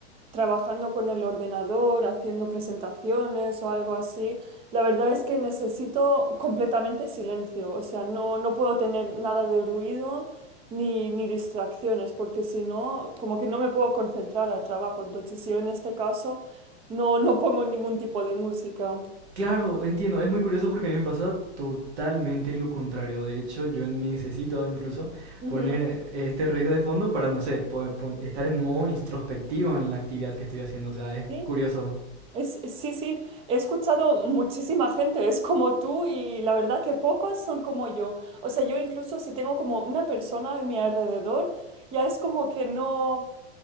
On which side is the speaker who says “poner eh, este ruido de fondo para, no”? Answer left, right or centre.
Right